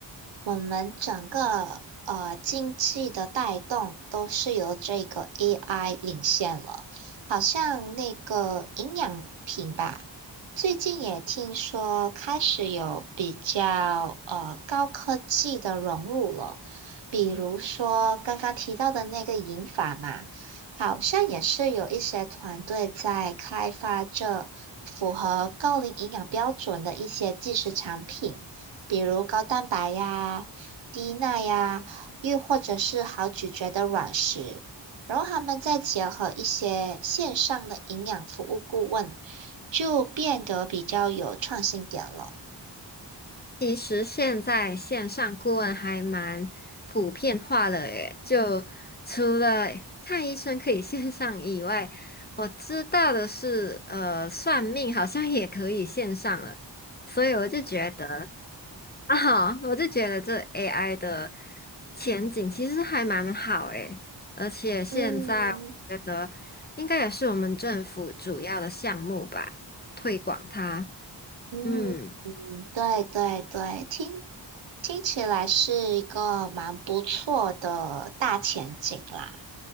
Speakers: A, on the right (about 75°); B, on the left (about 25°).
A: 我们整个呃经济的带动都是由这个 AI 领先了。好像那个营养品吧，最近也听说开始有比较呃高科技的融入了，比如说刚刚提到的那个银发嘛。好像也是有一些团队在开发这符合高龄营养标准的一些即食产品，比如高蛋白呀、低钠呀，又或者是好咀嚼的软食。然后他们再结合一些线上的营养服务顾问，就变得比较有创新点了。
B: 其实现在线上顾问还蛮普遍化了诶，就除了看医生可以 <laughs> 线上以外，我知道的是，呃，算命好像也可以线上了，所以我就觉得啊，我就觉得这 AI 的前景其实还蛮好诶，而且现在我觉得应该也是我们政府主要的项目吧，
A: 嗯。
B: 推广它，
A: 嗯嗯，
B: 嗯。
A: 对对对，听听起来是一个蛮不错的大前景啦。